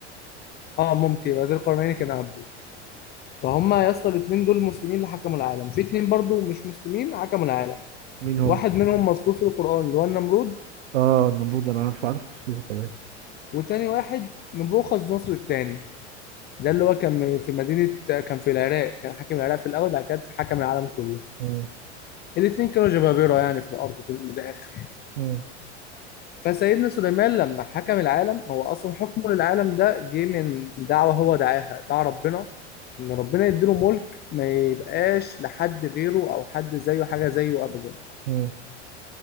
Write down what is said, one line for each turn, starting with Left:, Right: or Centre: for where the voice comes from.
Left: اه ممكن بدر القرنين كان قبله فهم يا اسطى الاثنين دول مسلمين اللي حكموا العالم في اثنين برضو مش مسلمين حكموا العالم
Right: مين هم
Left: واحد منهم مذكور في القرآن اللي هو النمرود
Right: اه النمرود انا عارف عارف قصته كمان
Left: وتاني واحد نبوخذ نصر الثاني ده اللي هو كان في مدينة كان في العراق كان حاكم العراق في الأول بعد كده حكم العالم كله
Right: مم،
Left: الاثنين كانوا جبابرة يعني في الأرض في الآخر
Right: مم،
Left: فسيدنا سليمان لما حكم العالم هو اصلا حكمه للعالم ده جه من دعوه هو دعاها دعا ربنا ان ربنا يديله ملك ما يبقاش لحد غيره او حد زيه حاجه زيه ابدا
Right: مم.